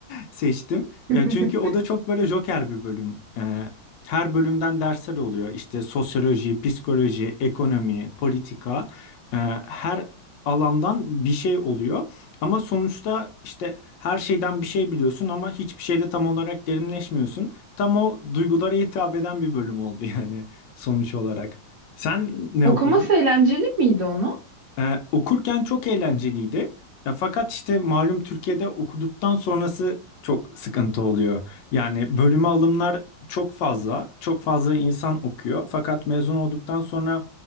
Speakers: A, on the left; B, on the right.
A: seçtim.
B: <laughs>
A: Ya çünkü o da çok böyle joker bir bölüm. Ee, her bölümden dersler oluyor. İşte sosyoloji, psikoloji, ekonomi, politika. Ee, her alandan bir şey oluyor. Ama sonuçta işte her şeyden bir şey biliyorsun ama hiçbir şeyde tam olarak derinleşmiyorsun. Tam o duygulara hitap eden bir bölüm oldu <laughs> yani sonuç olarak. Sen ne
B: Okuması
A: okudun?
B: eğlenceli miydi onu?
A: Ee, okurken çok eğlenceliydi. Ya, fakat işte malum Türkiye'de okuduktan sonrası çok sıkıntı oluyor. Yani bölüme alımlar çok fazla, çok fazla insan okuyor. Fakat mezun olduktan sonra